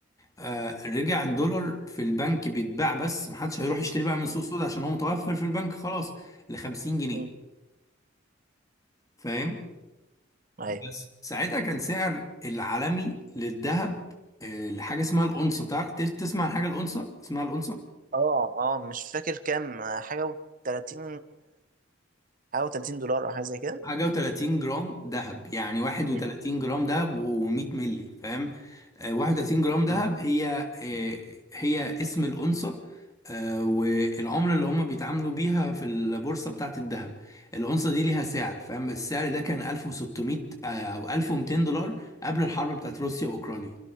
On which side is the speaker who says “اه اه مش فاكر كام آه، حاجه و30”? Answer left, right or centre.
Right